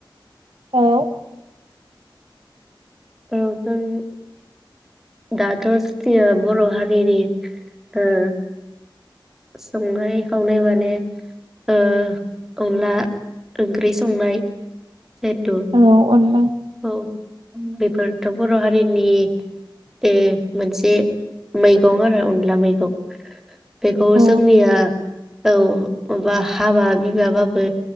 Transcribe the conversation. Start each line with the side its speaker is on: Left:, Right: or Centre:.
Right: औ
Centre: औ जों दाथ' <unintelligible> बर' हारिनि ओ संनाय खावनाय माने ओ अनला ओंख्रि संनाय। जेतु
Right: औ अनला
Centre: औ उम बेफोरथ' बर' हारिनि बे मोनसे मैगं आरो अनला मैगं। बेखौ
Right: औ
Centre: जोंनिया औ बा हाबा बिबाबाबो